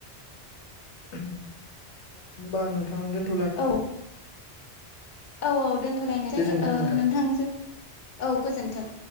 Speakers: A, on the left; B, on the left.
A: होनोमबा नोंथां दोनदो।
B: औ औ औ दोनथ'लायनोसै
A: गोजोन्थों नोंथां।
B: नोंथांजों। औ गोजोन्थों।